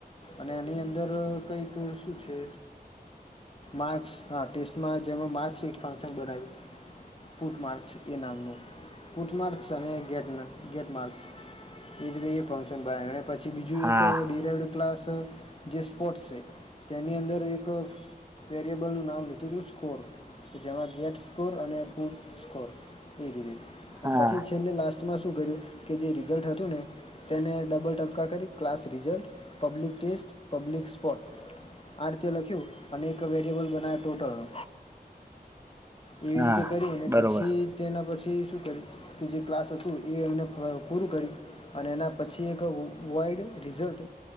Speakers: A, on the left (about 35°); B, on the right (about 15°).
A: અને એની અંદર કંઈક શું છે માર્ક્સ હા ટેસ્ટમાં જેમાં માર્ક્સ એક ફંક્શન બનાવ્યું. પુટમાર્ક એ નામનું પુટમાર્ક અને ગેટ ગેટમાર્ક. એ રીતે ઈ ફંક્શન બના પછી બીજું
B: હા
A: એક ડિરાવડ ક્લાસ જે સ્પોર્ટ છે. તેની અંદર એક વેરિયેબલનું નામ લીધું તું સ્કોર જેમાં ગેટ સ્કોર અને પુટ સ્કોર એ રીતે
B: હા
A: પછી તેમને લાસ્ટમાં શું કર્યું કે જે રિઝલ્ટ હતું ને તેને ડબલ ટપકા કરી, class result, public test, public spot, આ રીતે લખ્યું અને એક વેરિએેબલ બનાવે ટોટલનો એવી
B: હા
A: રીતે કરિ અને
B: બરોબર
A: પછી તેના પછી શું કર્યું કે જે ક્લાસ હતું એ એમને અ પૂરું કર્યું અને એના પછી એક વાઈડ રિઝલ્ટ